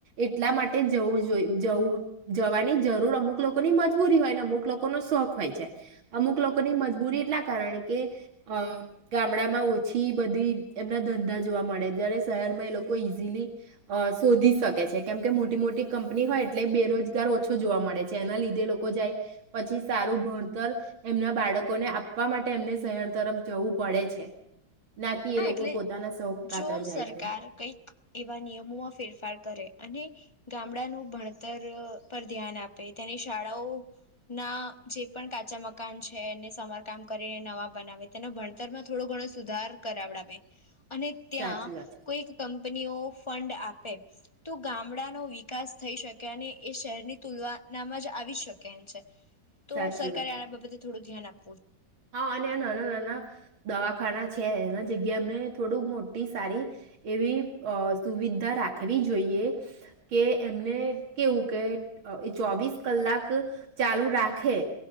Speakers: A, on the right; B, on the left.
A: એટલા માટે જવું જોઈ જવું જવાની જરૂર અમુક લોકોની મજબૂરી હોય ને અમુક લોકોનો શોખ હોય છે. અમુક લોકોની મજબૂરી એટલા કારણ કે અહ ગામડામાં ઓછી બધી એમના ધંધા જોવા મળે. જયારે શહેરમાં એ લોક કો ઈઝીલી અહ શોધી શકે છે કેમકે મોટી મોટી કંપની હોય એટલે બેરોજગાર ઓછો જોવા મળે છે એના લીધે લોકો જાય પછી સારું ભણતર એમના બાળકોને આપવા માટે એમને શહેર તરફ જવું પડે છે નાકી
B: હા
A: એ લોકો
B: એટલે
A: પોતાના શોખ
B: જો
A: કાતર
B: સરકાર
A: જાય છે.
B: કંઈક એવા નિયમોમાં ફેરફાર કરે. અને ગામડાનું ભણતર અહ પર ધ્યાન આપે તેની શાળાઓ ના જે પણ કાચા મકાન છે એને સમારકામ કરે ને નવા બનાવે તેના ભણતરમાં થોડો ઘણો સુધાર કરાવડાવે. અને ત્યાં
A: સાચી વાત છે.
B: કોઈક કંપનીઓ ફંડ આપ તે તો ગામડાનો વિકાસ થઈ શકે અને એ શહેરની તુલનાનામાં જ આવી શકે એમ છે. તો
A: સાચી
B: સરકારે
A: વાત છે.
B: આના બાબતે થોડું ધ્યાન આપ
A: હા અને નાના નાના દવા ખાના છે એના જગ્યા એમને થોડું મોટી સારી એવી અહ સુવિધા રાખવી જોઈએ કે એમને કેવું કે એ ચોવીસ કલાક ચાલુ રાખે